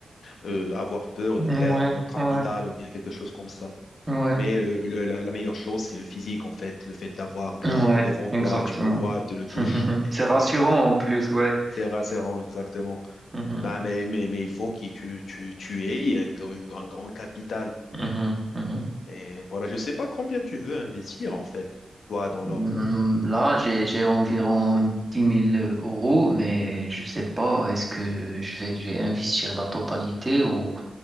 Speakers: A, on the left; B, on the right.
A: euh, avoir peur de
B: Ouais,
A: perdre un capital
B: ouais,
A: ou bien quelque chose comme ça.
B: ouais,
A: Mais euh, le- la, la meilleure chose, c'est le physique en fait, le fait d'avoir l'or
B: ouais,
A: devant toi,
B: exactement.
A: tu le vois, tu le touches
B: <laughs>
A: en fait.
B: C'est
A: C'est
B: rassurant
A: c'est
B: en plus, ouais.
A: c'est rassurant exactement.
B: Mhm,
A: Bah, mais, mais, mais il faut que tu, tu, tu aies un, gr- un, grand un grand capital.
B: mhm, mhm.
A: Et voilà, je ne sais pas combien tu veux investir en fait, toi, dans l'or.
B: Hmm, Là, j'ai, j'ai environ dix mille euros, mais je sais pas, est-ce que je vais, je vais investir la totalité ou